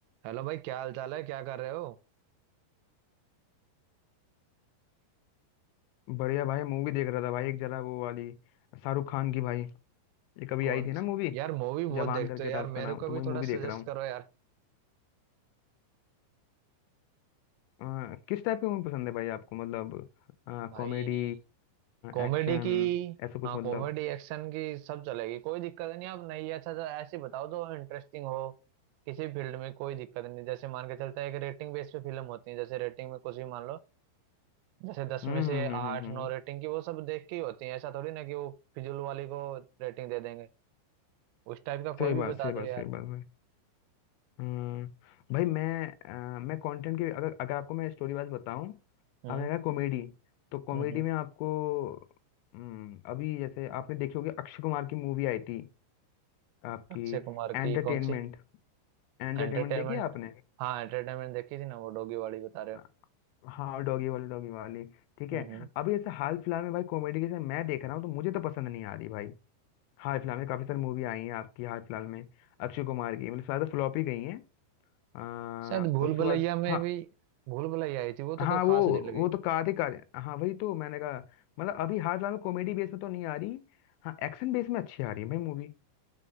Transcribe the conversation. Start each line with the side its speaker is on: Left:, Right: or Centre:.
Right: Hello भाई क्या हाल चाल है क्या कर रहे हो
Left: बढ़िया भाई मूवी देख रहा था भाई एक जरा वो वाली शाहरुख खान की भाई ये कभी
Right: कौन
Left: आई थी ना
Right: सी
Left: मूवी
Right: यार मूवी बहुत
Left: जवान
Right: देखते
Left: करके
Right: हो यार
Left: था उसका
Right: मेरे
Left: नाम
Right: को
Left: तो
Right: भी
Left: वही मूवी
Right: थोड़ा
Left: देख
Right: सजेस्ट
Left: रहा हूँ
Right: करो यार
Left: अ, किस टाइप की मूवी पसंद है भाई आपको मतलब
Right: भाई
Left: कॉमेडी
Right: कॉमेडी
Left: एक्शन
Right: की
Left: ऐसा कुछ
Right: हाँ
Left: मतलब
Right: कॉमेडी एक्शन की सब चलेगी कोई दिक्कत नहीं आप नहीं अच्छा तो ऐसी बताओ जो इंटरेस्टिंग हो किसी फील्ड में कोई दिक्कत नहीं जैसे मान के चलता है कि रेटिंग बेस पे फिल्म होती है जैसे रेटिंग में कुछ भी मान लो जैसे दस
Left: हम्म
Right: में से
Left: हम्म हम्म
Right: आठ
Left: हम्म हम्म,
Right: नौ
Left: हम्म।
Right: रेटिंग की वो सब देख के ही होती है ऐसा थोड़ी ना कि वो फिजूल वाली को रेटिंग दे देंगे उस टाइप का
Left: सही
Right: कोई भी
Left: बात
Right: बता
Left: सही
Right: दो
Left: बात
Right: यार
Left: सही बात भाई अ, भाई मैं अ, मैं कंटेंट की अगर अगर आपको मैं स्टोरी वाइज बताऊं
Right: हम्म
Left: आपने कहा कॉमेडी तो कॉमेडी
Right: हम्म हम्म।
Left: में आपको हम्म, अभी जैसे आपने देखी होगी अक्षय कुमार की मूवी आई थी आपकी
Right: अक्षय कुमार
Left: एंटरटेनमेंट
Right: की कौन सी
Left: एंटरटेनमेंट
Right: एंटरटेनमेंट
Left: देखी है आपने
Right: हाँ एंटरटेनमेंट देखी थी ना वो डॉगी वाली बता रहे
Left: अ,
Right: हो
Left: हाँ डॉगी वाली डॉगी वाली ठीक
Right: हम्म
Left: है
Right: हम्म
Left: अभी ऐसे हाल फिलहाल में भाई कॉमेडी के जैसे मैं देख रहा हूँ तो मुझे तो पसंद नहीं आ रही भाई हाल फिलहाल में काफी सारी मूवी आई हैं आपकी हाल फिलहाल में अक्षय कुमार की मतलब ज्यादा फ्लॉप ही गई हैं अ,
Right: शायद भूल
Left: उसके
Right: भुलैया
Left: बाद
Right: में
Left: हाँ
Right: भी भूल भुलैया आई थी वो तो
Left: हाँ
Right: कोई
Left: वो
Right: खास नहीं लगी
Left: वो तो कार्तिक आर्यन हाँ वही तो मैंने कहा मतलब अभी हाल फिलहाल में कॉमेडी बेस में तो नहीं आ रही हाँ एक्शन बेस में अच्छी आ रही है भाई मूवी